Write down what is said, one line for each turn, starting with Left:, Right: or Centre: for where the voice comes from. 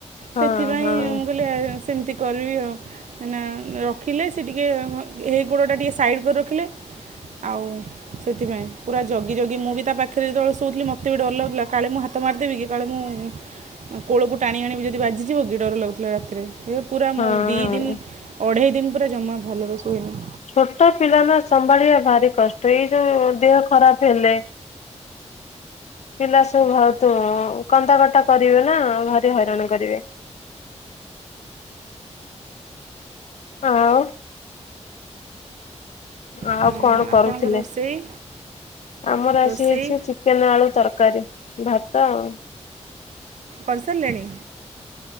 Left: ହଁ
Right: ସେଥିପାଇଁ
Left: ହଁ
Right: ମୁଁ କହିଲି ଆଉ ସେମିତି କରିବି ଆଉ କାହିଁନା ରଖିଲେ ସିଏ ଟିକେ ହଁ ହେଇ ଗୋଡୋଟା ଟିକେ ସାଇଡ୍ କରି ରଖିଲେ ଆଉ ସେଥିପାଇଁ ପୁରା ଜଗି ଜଗି ମୁଁ ବି ତା ପାଖେରେ ଯେତୋବୋଳେ ଶୋଉଥିଲି ମ ତେବି ଡର ଲାଗୁଥୁଲା କାଳେ ମୁଁ ହାତ ମାରଦେବି କି କାଳେ ମୁଁ ଉଁ କୋଳୋକୁ ଟାଣି ଆଣିବି ଯଦି ବାଜିଯିବ କି ଡର ଲାଗୁଥିଲା ରାତିରେ ହେ ପୁରା
Left: ହଁ।
Right: ମୁଁ ଦିଇ ଦିନ ଅଢ଼େଇ ଦିନ ପୁରା ଜମା ଭଲରେ ଶୋଇନି।
Left: ଛୋଟୋ ପିଲାନା ସମ୍ଭାଳିବା ଭାରି କଷ୍ଟ ଏଇ ଯୋଉ ଦେହ ଖରାପ ହେଲେ। ପିଲା ସବୁ <unintelligible> କନ୍ଦା କଟା କରିବେ ନା ଭାରି ହଇରାଣ କରିବେ। ଆଉ। ଆଉ
Right: ହଁ
Left: କଣ କରୁଥିଲେ
Right: ଆପଣଙ୍କ ରୋଷେଇ
Left: ଆମର
Right: ରୋଷେଇ
Left: ଆସି ହେଇଛି ଚି କେନ ଆଳୁ ତରକାରୀ ଭାତ ଆଉ।
Right: କରିସାରିଲେଣି।